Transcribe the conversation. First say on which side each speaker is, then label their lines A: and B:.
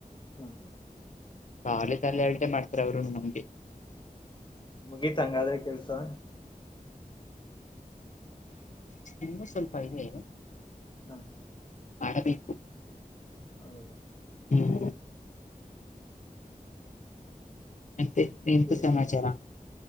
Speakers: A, on the left; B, on the left.
A: ಹಾ <inaudible>
B: ಕಾಲಿ <unintelligible> ತಾಲ ಹೇಟೆ ಮಾಡ್ತಾರೆ ಅವರು ನಮ್ಗೆ
A: ಮುಗೀತ್ ಹಂಗಾದ್ರೆ ಕೆಲ್ಸಾ
B: ಇನ್ನು ಸ್ವಲ್ಪ ಇದೆ.
A: ಹಾ <inaudible>
B: ಮಾಡದ <unintelligible>
A: ಹೌದು
B: ಹ್ಮ್, ಮತ್ತೆ
A: ಮತ್ತೆ
B: ಎಂತು ಸಮಾಚಾರ
A: ಏನ್